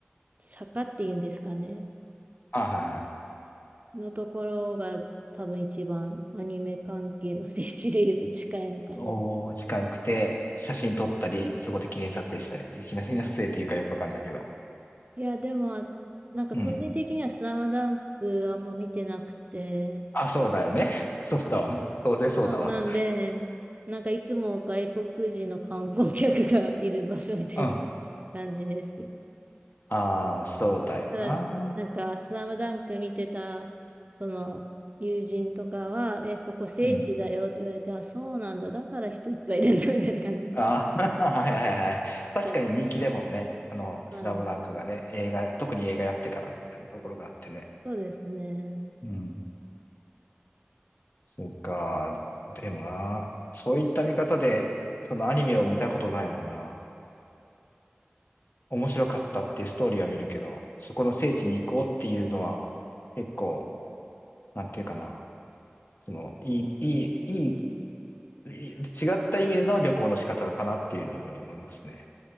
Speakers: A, on the right; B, on the left.
A: 坂っていうんですかね。
B: はいはい
A: のところが多分一番アニメ関係の聖地で言うと近いのかな。
B: おー、近くて、写真撮ったり、そこで記念撮影したり、記念撮影っていうかよくわかんないけど。
A: いや、でも、なんか個人的にはスラムダンクあんま見てなくて、
B: うん。あ、そうだよね。<laughs> そうだわね。当然そうだわ。
A: そうなんで、なんかいつも外国人の観光客がいる場所みたいな
B: うん
A: 感じですけど。
B: ああ、そうだよな。
A: ただ、なんかスラムダンク見てた、その、友人とかは、え、そこ聖地だよって言われて、
B: うん。
A: あ、そうなんだ、だから人いっぱいいるんだみたいな感じになっ
B: ああ、<laughs> はいはいはい。確かに人気でもんね。
A: ちゃ
B: あの、スラムダンクがね、
A: う。はい。
B: 映画、特に映画やってからみたいなところがあってね。
A: そうですね。
B: うん。そうか。でもな、そういった見方で、そのアニメを見たことないもんな。面白かったっていうストーリーは見るけど、そこの聖地に行こうっていうのは、結構、なんていうかな。その、いい、いい、いい、いい違った意味での旅行の仕方かなっていうのふうに思いますね。